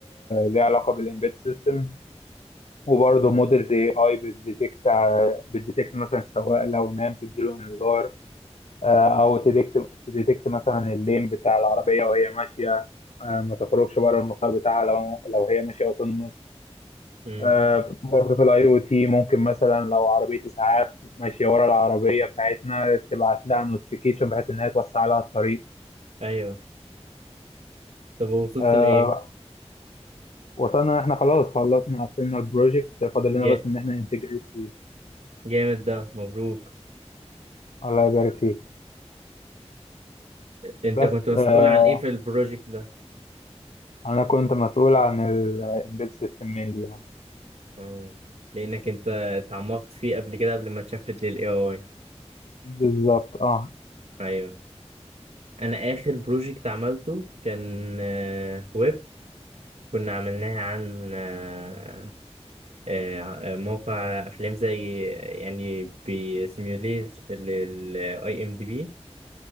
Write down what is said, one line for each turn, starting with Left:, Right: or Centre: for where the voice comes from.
Left: ليها علاقه بالامبيد سيستم وبرضه موديل زي اي بتديتكت بتديتكت مثلا السواق لو نام تديله انذار آه، او تديكت تديتكت مثلا اللين بتاع العربيه وهي ماشيه آه، ما تخرجش بره المسار بتاعها لو لو هي ماشيه وتنمص
Right: امم
Left: آه، برضه في الاي او تي ممكن مثلا لو عربيه اسعاف ماشيه ورا العربيه بتاعتنا تبعت لها نوتيفيكيشن بحيث انها توسع لها الطريق
Right: ايوه طب وصلت
Left: آه،
Right: لايه
Left: وصلنا إن احنا خلاص خلصنا قفلنا البروجكت فاضل لنا
Right: جا...
Left: بس ان احنا انتجريت فيه
Right: جامد ده مبروك
Left: الله يبارك فيك
Right: انت
Left: بس
Right: كنت مسؤول
Left: آه،
Right: عن ايه في البروجكت ده
Left: انا كنت مسؤول عن الامبيد سيستم مينلي يعني
Right: اه لانك انت اتعمقت فيه قبل كده قبل ما اتشفت للاي اي
Left: بالظبط اه
Right: ايوه انا اخر بروجكت عملته كان آه، ويب كنا عملناه عن آه، آه، موقع افلام زي يعني بيسيميوليت للاي ام دي بي